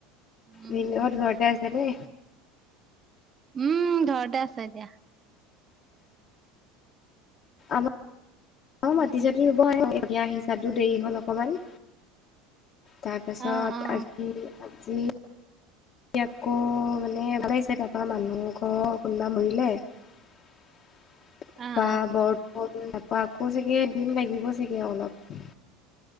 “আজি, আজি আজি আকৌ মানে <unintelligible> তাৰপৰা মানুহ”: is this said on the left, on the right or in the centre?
Left